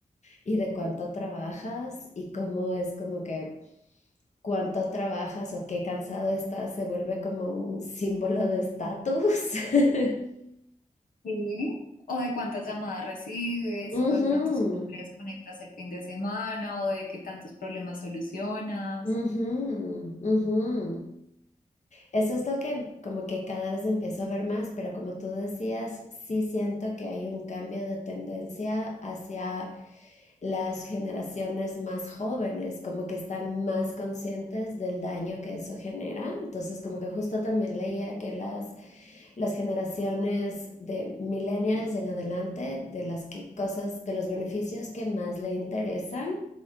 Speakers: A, on the left; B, on the left.
A: y de cuánto trabajas y cómo es como que cuánto trabajas o qué cansado estás se vuelve como un símbolo de estatus. <laughs>
B: Sí. O de cuántas llamadas recibes,
A: mhm
B: o de pronto si no te desconectas el fin de semana, o de qué tantos problemas solucionas.
A: mhm mhm Eso es lo que como que cada vez empiezo a ver más, pero como tú decías, sí siento que hay un cambio de tendencia hacia las generaciones más jóvenes, como que están más conscientes del daño que eso genera. Entonces, como que justo también leía que las, las generaciones de millennials en adelante, de las que cosas, de los beneficios que más le interesan,